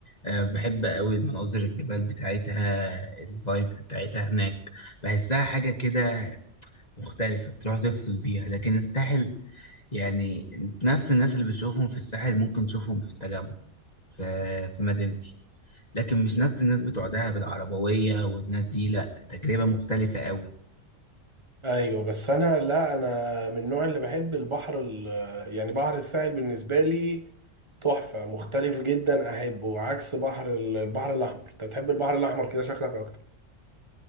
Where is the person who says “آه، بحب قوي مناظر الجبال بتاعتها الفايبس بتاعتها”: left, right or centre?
Left